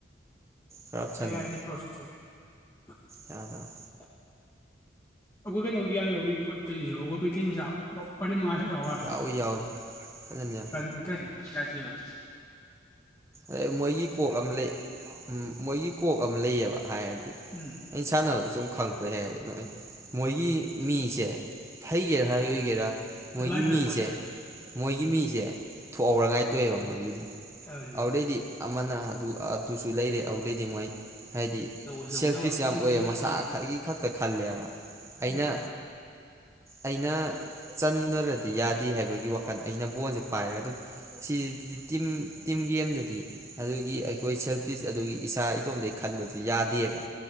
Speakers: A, on the left; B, on the right.
A: <unintelligible>
B: ꯀꯔꯞꯁꯟꯗ ꯌꯥꯗꯕ
A: ꯑꯩꯈꯣꯏ ꯀꯩꯅꯣꯒꯤꯒ ꯂꯧꯔꯤ ꯈꯣꯠꯇꯣꯏꯔꯤꯁꯨ ꯑꯩꯈꯣꯏ ꯑꯣꯕꯔ
B: ꯌꯥꯎꯏ ꯌꯥꯎꯏ ꯐꯖꯅ ꯌꯥꯎꯏ
A: ꯕꯦꯛꯀꯤꯡ <unintelligible> <unintelligible>
B: ꯑꯥ ꯃꯣꯏꯒꯤ ꯀꯣꯛ ꯑꯃ ꯂꯩ ꯃ ꯃꯣꯏꯒꯤ ꯀꯣꯛ ꯑꯃ ꯂꯩꯌꯦꯕ ꯍꯥꯏꯔꯗꯤ
A: ꯎꯝ
B: ꯑꯩꯅ ꯁꯥꯟꯅꯕꯗ ꯁꯨꯝ ꯈꯪꯕꯩ ꯍꯥꯏ ꯃꯣꯏꯒꯤ ꯃꯤꯁꯦ ꯍꯩꯒꯦꯔꯥ ꯍꯥꯏ ꯑꯣꯏꯒꯦꯔꯥ ꯃꯣꯏꯒꯤ
A: ꯑꯗꯨꯃꯥꯏꯅ ꯊꯥꯗꯣꯛꯄꯅꯦ
B: ꯃꯤꯁꯦ ꯃꯣꯏꯒꯤ
A: ꯎꯝ
B: ꯃꯤꯁꯦ ꯊꯣꯛꯍꯧꯔ ꯉꯥꯏꯇꯣꯛꯑꯦꯕ ꯃꯣꯏꯒꯤꯗꯤ
A: ꯑꯗꯨꯅꯤ
B: ꯑꯧꯗꯩꯗꯤ ꯑꯃꯅ ꯑꯗꯨ ꯑꯗꯨꯁꯨ ꯂꯩꯔꯦ ꯑꯗꯨꯗꯩ ꯑꯗꯨ ꯃꯣꯏ ꯍꯥꯏꯗꯤ
A: ꯂꯧꯕꯁꯨ
B: ꯁꯦꯜꯐꯤꯁ
A: ꯂꯧꯗꯕ
B: ꯌꯥꯝ ꯑꯣꯏꯌꯦ
A: ꯊꯣꯏꯅ
B: ꯃꯁꯥ
A: ꯎꯝ
B: ꯈꯒꯤ ꯈꯛꯇ ꯈꯜꯂꯦꯕ ꯑꯩꯅ
A: ꯎꯝ
B: ꯑꯩꯅ ꯆꯟ ꯁꯅꯔꯗꯤ ꯌꯥꯗꯦ ꯍꯥꯏꯕꯒꯤ ꯋꯥꯈꯜ ꯑꯩꯅ ꯕꯣꯟꯁꯦ ꯄꯥꯏꯔꯒ ꯑꯗꯨꯝ ꯁꯤꯗꯤ ꯇꯤꯝ ꯇꯤꯝ ꯒꯦꯝꯗꯗꯤ ꯑꯗꯨꯒꯤ ꯑꯩꯈꯣꯏ ꯁꯦꯜꯐ ꯑꯗꯨꯒꯤ ꯏꯁꯥ ꯏꯇꯣꯝꯗꯒꯤ ꯈꯟꯕꯗ ꯌꯥꯗꯦ ꯗꯕ